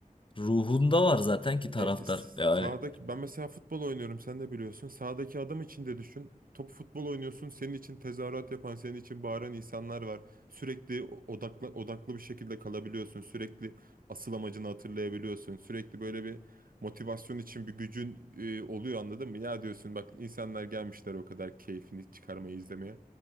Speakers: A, on the left; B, on the right.
A: ruhunda var zaten ki taraftar.
B: E,
A: Yani
B: sağdaki ben mesela futbol oynuyorum sen de biliyorsun. Sağdaki adam için de düşün. Top futbol oynuyorsun. Senin için tezahürat yapan, senin için bağıran insanlar var. Sürekli odaklı odaklı bir şekilde kalabiliyorsun. Sürekli asıl amacını hatırlayabiliyorsun. Sürekli böyle bir motivasyon için bir gücün e, oluyor anladın mı? Ya diyorsun bak insanlar gelmişler o kadar keyfini çıkarmayı izlemeye.